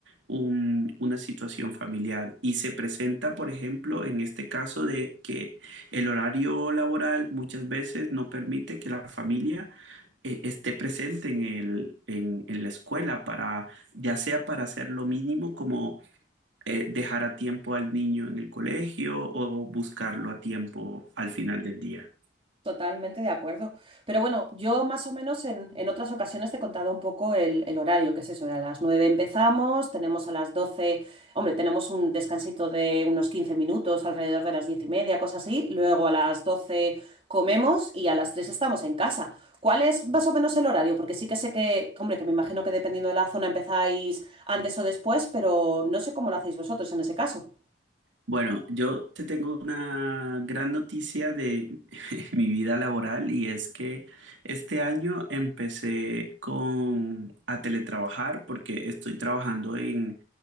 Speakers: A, on the right; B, on the right.
A: un- una situación familiar. Y se presenta, por ejemplo, en este caso de que el horario laboral muchas veces no permite que la familia eh, esté presente en el, en, en la escuela para, ya sea para hacer lo mínimo como eh, dejar a tiempo al niño en el colegio o buscarlo a tiempo al final del día.
B: Totalmente de acuerdo. Pero bueno, yo más o menos en, en otras ocasiones te he contado un poco el, el horario, que es eso, a las 9 empezamos, tenemos a las 12, hombre, tenemos un descansito de unos 15 minutos, alrededor de las 10 y media, cosas así, luego a las 12 comemos y a las 3 estamos en casa. ¿Cuál es más o menos el horario? Porque sí que sé que, hombre, que me imagino que dependiendo de la zona empezáis antes o después, pero no sé cómo lo hacéis vosotros en ese caso.
A: Bueno, yo te tengo una gran noticia de <laughs> mi vida laboral y es que este año empecé con a teletrabajar porque estoy trabajando en,